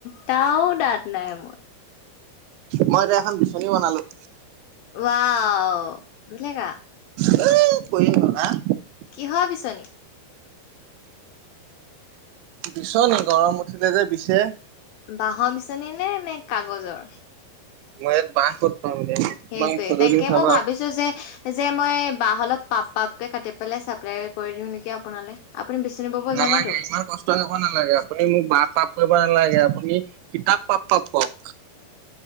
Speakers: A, on the left; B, on the right.
A: -টাও দাঁত নাই মোৰ।
B: মই এতিয়া এখন বিচনী বনালোঁ।
A: ৱাও দুলেখা
B: <unintelligible>
A: কিহৰ বিচনী?
B: বিচনী গৰম উঠিলে যে বিছে।
A: বাঁহৰ বিচনী নে - নে কাগজৰ?
B: মই ইয়াত বাঁহ ক'ত পাম এতিয়া তোমাক
A: সেইটোয়ে
B: ফটো
A: তাকে
B: দিম চাবা
A: মই ভাবিছো যে। যে মই বাঁহ অলপ পাপ - পাপকে কাটি পেলাই চাপ্লাই কৰি দিওঁ নেকি আপোনালৈ। আপুনি বিচনী বব
B: নালাগে
A: জানেতো
B: ইমান কষ্ট কৰিব নালাগে আপুনি মোক বাঁহ পাপ কৰিব নালাগে আপুনি কিতাপ পাপ পাপ কওক